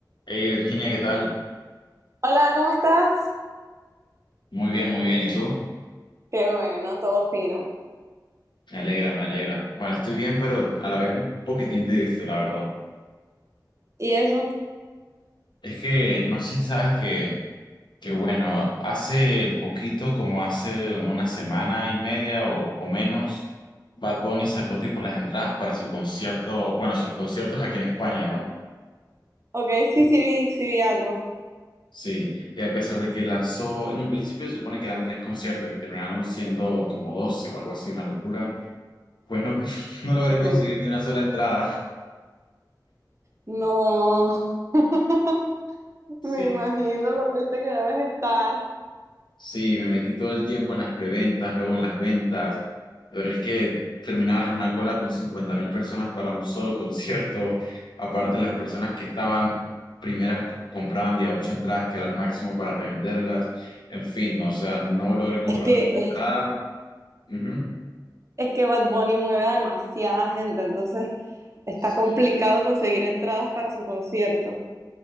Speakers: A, on the left; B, on the right.
A: Hey Virginia, ¿qué tal?
B: Hola, ¿cómo estás?
A: Muy bien, muy bien. ¿Y tú?
B: Qué bueno, todo fino.
A: Me alegra, me alegra. Bueno, estoy bien, pero a la vez un poquitín triste, la verdad.
B: ¿Y eso?
A: Es que no sé si sabes que, que bueno, hace poquito, como hace una semana y media o, o menos, Bad Bunny sacó tipo las entradas para su concierto, bueno, sus conciertos aquí en España, ¿no?
B: Ok, sí, sí vi, sí vi algo.
A: Sí, y a pesar de que lanzó, en un principio se supone que eran tres conciertos y terminaron siendo como doce o algo así, una locura, pues no, <laughs> no logré
B: Ok.
A: conseguir ni una sola entrada.
B: No. <laughs>
A: Sí,
B: Me imagino lo triste que debes estar.
A: Sí, me metí todo el tiempo en las preventas, luego en las ventas, pero es que terminabas en una cola con cincuenta mil personas para un solo <laughs> concierto, aparte
B: Ay,
A: las personas que estaban primeras co- compraban de a ocho entradas, que era el máximo para revenderlas, en fin, o sea, no logré comprar
B: Es que,
A: ninguna
B: es,
A: entrada. Ujú.
B: es que Bad Bunny mueve a demasiada gente, entonces está
A: Sí,
B: complicado
A: sí,
B: conseguir entradas para su concierto.